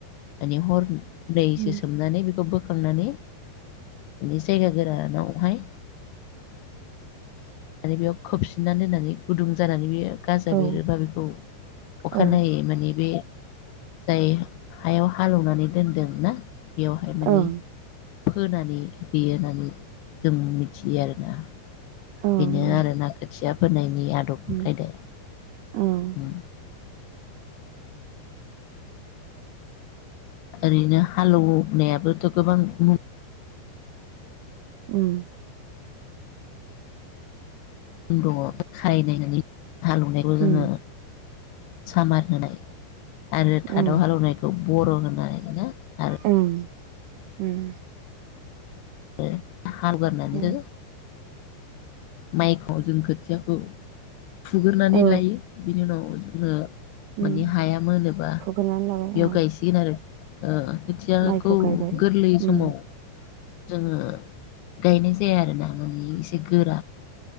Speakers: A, on the left; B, on the right.
A: माने हरनैसो
B: उम
A: सोमनानै बेखौ बोखांनानै बिसो गोरानावहाय आरो बेयाव खोबस फिननानै दोनानै गुदुं जानानै बे गाजा
B: औ
A: बेरोबा बेखौ अखानायनायै
B: औ
A: माने बे जाय हायाव हालौवनानै दोनदों ना बेयावहाय माने
B: ओं
A: फोनानै होयो होननानै जों मिथियो आरोना
B: ओं
A: बेनो आरो ना खोथिया। फोनायनि बि आदब
B: उम
A: खायदा
B: ओं
A: उम। ओरैनो हालौनायाबोथ गोबां मुं।
B: उम
A: दङ खारायनानै हालौवनायखौ जोङो
B: उम
A: सामार होनाय आरो थादाव
B: ओं
A: हालौवनायखौ बर' होनाय होनो आरो ना।
B: ओं उम
A: <unintelligible> <unintelligible>
B: उम
A: माइखौ जों खोथियाखौ। फुग्रोनानै
B: औ
A: लायो बिनि उनाव जों हो
B: उम
A: माने हाया मोनोबा
B: फुग्रोनानै लाबाय
A: बेयाव
B: औ
A: गायसिगोन आरो ओ खोथियाखौ
B: माइखौ गायबाय
A: गोरलै समाव
B: उम
A: जोङो गायनाय जाया आरोना माने एसे गोरा।